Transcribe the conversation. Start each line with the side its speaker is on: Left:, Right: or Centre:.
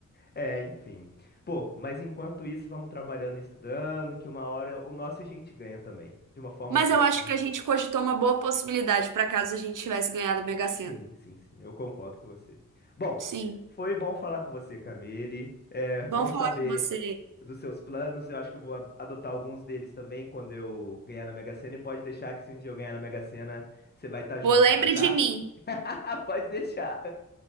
Left: É, enfim. Pô, mas enquanto isso, vamos trabalhando e estudando, que uma hora o nosso a gente ganha também, de uma forma
Right: Mas
Left: ou de
Right: eu
Left: outra.
Right: acho
Left: né?
Right: que a gente cogitou uma boa possibilidade para caso a gente tivesse ganhado o Mega Sena.
Left: Sim, sim, sim, eu concordo com você. Bom,
Right: Sim.
Left: foi bom falar com você, Camille. É bom
Right: Bom falar
Left: saber
Right: com você.
Left: dos seus planos. Eu acho que eu vou a- adotar alguns deles também quando eu ganhar na Mega Sena. E pode deixar que se um dia eu ganhar na Mega Sena, você vai estar junto
Right: Vou lembre
Left: lá, tá?
Right: de mim.
Left: <laughs> Pode deixar.